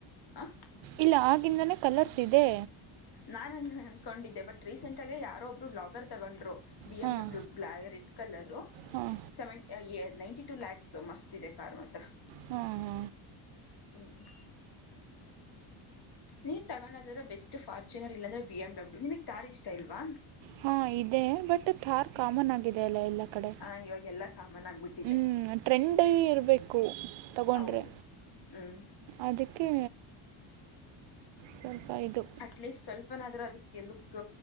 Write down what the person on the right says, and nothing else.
ಇಲ್ಲ ಆಗಿಂದನೇ ಕಲರ್ಸ್ ಇದೆ
ಹಾಂ
ಹಾಂ
ಹಾ ಹಾ
ಹಾಂ ಇದೆ ಬಟ್ ಥಾರ್ ಕಾಮನ್ ಆಗಿದೆ ಅಲ್ಲ ಎಲ್ಲ ಕಡೆ
ಹ್ಞೂ ಟ್ರೆಂಡೇ ಇರಬೇಕು ತಗೊಂಡ್ರೆ
ಅದಕ್ಕೆ ಸ್ವಲ್ಪ ಇದು